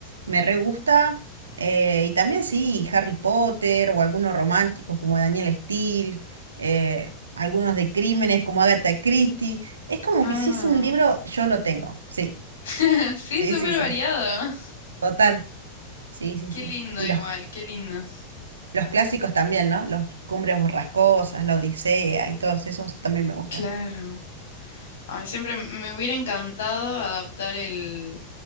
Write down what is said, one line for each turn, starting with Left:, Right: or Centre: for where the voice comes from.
Right: me re gusta. eh, y también sí, Harry Potter o algunos románticos como Daniel Steele, eh, algunos de crímenes como Agatha Christie. Es como
Left: Ah,
Right: que si es un libro, yo lo tengo. Sí,
Left: <laughs> sí,
Right: sí,
Left: súper
Right: sí, sí.
Left: variado.
Right: Total. Sí, sí,
Left: Qué
Right: sí.
Left: lindo
Right: Y
Left: igual,
Right: los,
Left: qué lindo.
Right: los clásicos también, ¿no? Los Cumbres Borrascosas, La Odisea y todos esos también me gustan.
Left: Claro. Ay, siempre me hubiera encantado adaptar el,